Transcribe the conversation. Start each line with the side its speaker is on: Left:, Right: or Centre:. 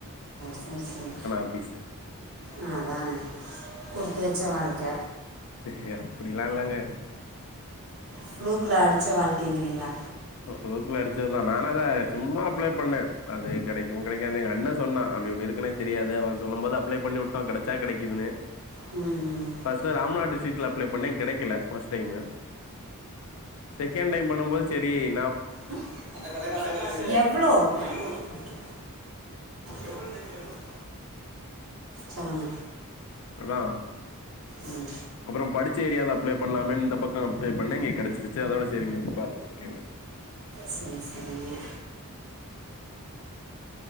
Right: சர் சரி
Left: ஆஃபீஸு.
Right: அ அத்தானே குடுத்து வச்ச வாழ்க்க
Left: ஏ அப்டில்லா இல்லங்க
Right: ஃப்ளூக்குல அடிச்ச வாழ்க்கங்றீங்ளா
Left: ஃப்ளூக்குல அடிச்சதுதா நானா தா சும்மா அப்ளே பண்ணே அது கிடைக்கு கிடைக்காது எங்க அண்ணே சொன்னா அப்டி ஒன்னு இருக்குன்னே தெரியாது அவன் சொல்லும் போது அப்ளே பண்ணி வுட்டோ கிடச்சா கிடைக்குதுன்னு
Right: ம் ம்
Left: ஃபர்ஸ்ட்ல ராம்நாட் டிஷ்டிக்ல அப்ளே பண்ணே கிடைக்கல ஃபர்ஸ்ட் டைமு செகண்ட் டைம் பண்ணும்போது சேரி நா
Right: அ அந்த கடைக்கார காசு எவ்ளோ ஐநூறு ஓக்கே எவ்ளோன்னு தெரிஞ்சிரும் சொல்லுங்க
Left: அண்ணா
Right: உம்
Left: அப்றோ படிச்ச ஏரியாலா அப்ளே பண்ணலாமேன்னு இந்த பக்கம் அப்ளே பண்ணே இங்க கிடச்சிருச்சு அதோட சரி இங்க வந்து பாத்துட்டு இருக்கேங்க
Right: சேர் சேரிங்க